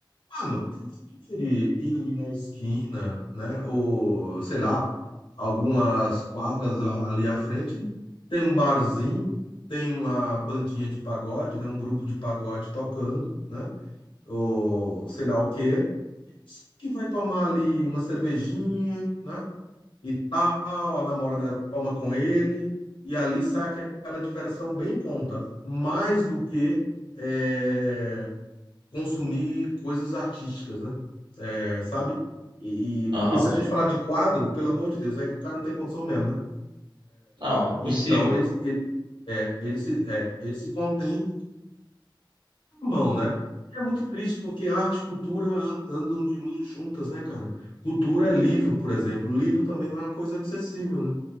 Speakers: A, on the left (about 80°); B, on the right (about 65°).
A: Mano, ele vai preferir ir ali na esquina, né? Ou, sei lá, algumas quadras a- ali à frente, tem um barzinho, tem uma bandinha de pagode, né? Um grupo de pagode tocando, né? Ou sei lá o quê. que vai tomar ali uma cervejinha, né? E tal, a namorada toma com ele, e ali sai aquela diversão bem conta, mais do que é, consumir coisas artísticas, né? É, sabe? E, e-
B: aham.
A: porque se a gente falar de quadro, pelo amor de Deus, é que o cara não tem condição mesmo, né?
B: Não, impossível.
A: Então ele, ele, é, ele se, é, ele se contém mão, né? É muito triste porque arte e cultura an- andam de mãos juntas, né, cara? Cultura é livro, por exemplo. Livro também não é uma coisa acessível, né?